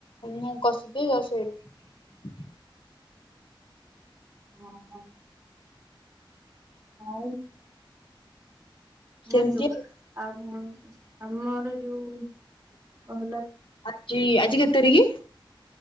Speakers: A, on the left; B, on the right.
A: ମୁଁ କସି ଦସେଇଲା।
B: ହ ହ। ହଉ
A: ସେମିତି
B: ଜାଣିଛୁ
A: ଆଉ।
B: ଆଉ ଆମର ଯୋଉ ହେଲା
A: ଆଜି ଆଜି କେତେ ତାରିଖ?